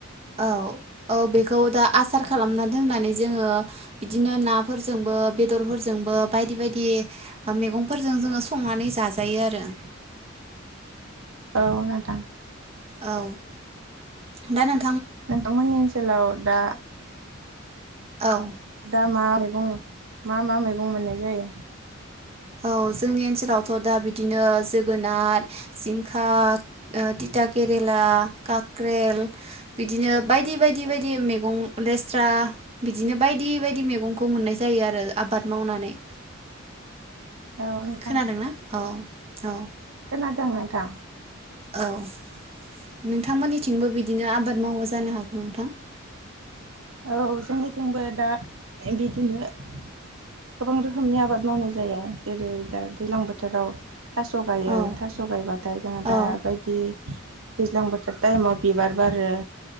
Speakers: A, on the right; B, on the right.
A: औ -औ -बेखौ- दा आसार खालामनानै दोननानै जोंङो बिदिनो नाफोरजोंबो बेदरफोरजोंबो बायदि बायदि मैगंफोरजों जोंङो संनानै जाजायो आरो-
B: औ नोंथां-
A: औ दा नों-
B: नोंथांमोननि ओनसोलाव दा-
A: ओ औ
B: दा मा- मैगं मा मा मैगं मोननाय जायो?
A: औ जोंनि ओनसोलावथ' दा बिदिनो जोगोनार जिंखा थिथा केरेला कक्रेल बिदिनो बायदि बायदि -बायदि मैगं लेस्रा बिदिनो बायदि- बायदि मैगंखौ मोननाय जायो आरो आबाद मावनानै-
B: औ नोंथां
A: खोनादोंना औ -औ
B: खोनादों नोंथां
A: -औ नोंथांमोननिथिंबो बिदिनो आबाद मावो- जानो हागौ नोंथां?
B: औ जोंनिथिंबो दा बिदिनो गोबां रोखोमनि आबाद मावनाय जायो जेरै दा दैज्लां बोथोराव- थास' गायो
A: औ
B: थास' गायबाथाय जोंङो
A: औ
B: दााबायदि- दैज्लां बोथोर टाइमाव बिबार बारो-